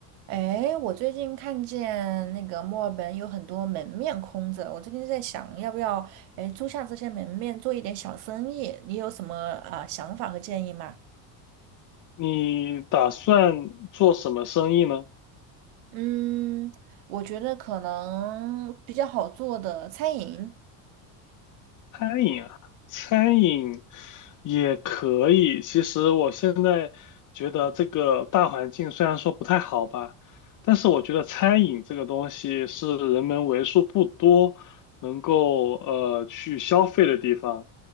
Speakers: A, on the right (about 80°); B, on the left (about 40°).
A: 哎，我最近看见那个墨尔本有很多门面空着，我最近在想要不要哎租下这些门面做一点小生意，你有什么啊、呃想法和建议吗？
B: 你打算做什么生意呢？
A: 嗯，我觉得可能比较好做的餐饮，
B: 餐饮啊，餐饮也可以。其实我现在觉得这个大环境虽然说不太好吧，但是我觉得餐饮这个东西是人们为数不多能够呃去消费的地方。